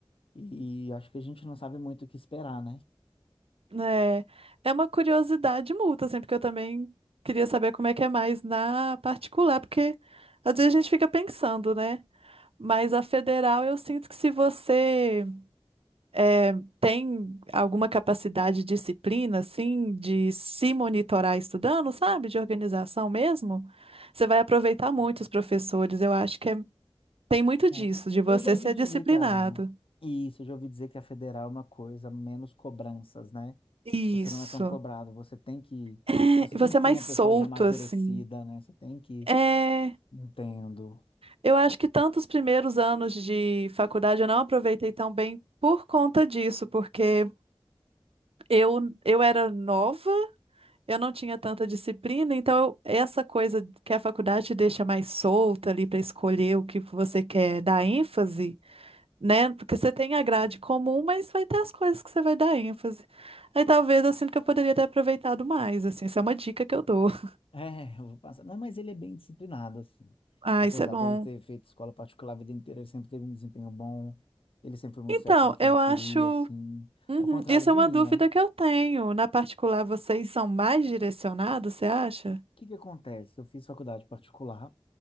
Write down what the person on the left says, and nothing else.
e acho que a gente não sabe muito o que esperar, né?
É,
eu já ouvi
dizer
que a. Isso, eu já ouvi dizer que a federal é uma coisa, menos cobranças, né?
Você não é tão cobrado, você tem que.
Você
tem
que
ser uma
pessoa já amadurecida,
né? Você tem que.
Entendo.
É, eu vou passar. Não, mas ele é bem disciplinado, assim.
Apesar
dele ter feito escola particular a vida inteira, ele sempre teve um desempenho bom, ele sempre foi muito
certo do que
ele queria,
assim.
Ao contrário
de
mim,
né? O
que que acontece? Eu fiz faculdade particular.